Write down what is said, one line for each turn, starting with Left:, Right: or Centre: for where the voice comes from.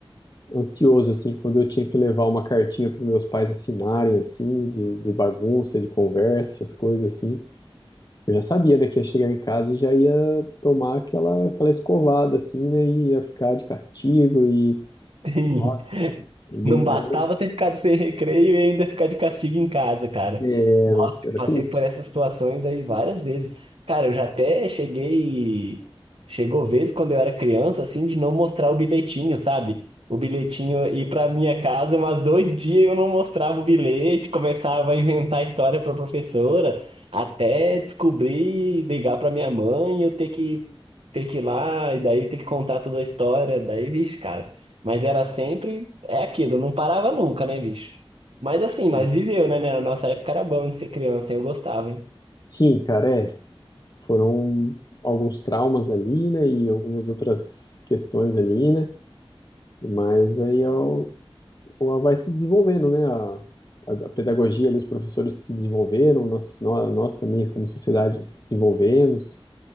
Left: ansioso assim quando eu tinha que levar uma cartinha para meus pais assinarem assim, de, de bagunça, de conversa, essas coisas assim. Eu já sabia, né, que ia chegar em casa e já ia tomar aquela, aquela escovada, assim, né, e ia ficar de castigo e
Right: <laughs>
Left: nossa, bem-
Right: Não bastava
Left: era,
Right: ter ficado sem recreio e ainda ficar de castigo em casa, cara.
Left: é,
Right: Nossa,
Left: nossa, era
Right: eu passei
Left: triste.
Right: por essas situações aí várias vezes. Cara, eu já até cheguei. Chegou vez quando eu era criança, assim, de não mostrar o bilhetinho, sabe? O bilhetinho ir pra minha casa umas dois dias eu não mostrava o bilhete, começava a inventar história pra professora, até descobrir, ligar pra minha mãe, eu ter que, ter que ir lá, e daí ter que contar toda a história. Daí, vixe, cara. Mas era sempre. É aquilo, não parava nunca, né, bicho? Mas assim, nós
Left: Hum.
Right: viveu, né? né? Na nossa época era bom de ser criança, eu gostava, hein?
Left: Sim, cara, é. Foram alguns traumas ali, né? E algumas outras questões ali, né? Mas aí eu, eu- vai se desenvolvendo, né? A, a, a pedagogia ali, os professores se desenvolveram, nós, nós, nós também, como sociedade, se desenvolvemos.